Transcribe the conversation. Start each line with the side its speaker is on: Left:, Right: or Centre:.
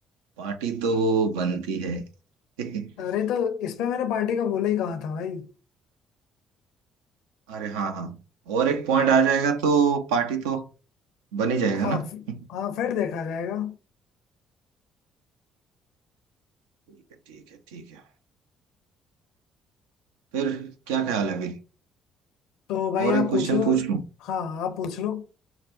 Right: पार्टी तो बनती है <laughs>
Left: अरे तो इसमें मैंने पार्टी का बोला ही कहा था भाई
Right: अरे हाँ हाँ और एक पॉइंट आ जाएगा तो पार्टी तो बन ही जाएगा
Left: हाँ
Right: ना
Left: फि-
Right: <laughs>
Left: हाँ फिर देखा जाएगा
Right: ठीक है ठीक है ठीक है <laughs> फिर क्या ख्याल है अभी
Left: तो भाई
Right: और
Left: आप
Right: एक क्वेश्चन
Left: पूछो
Right: पूछ लूं
Left: हाँ आप पूछ लो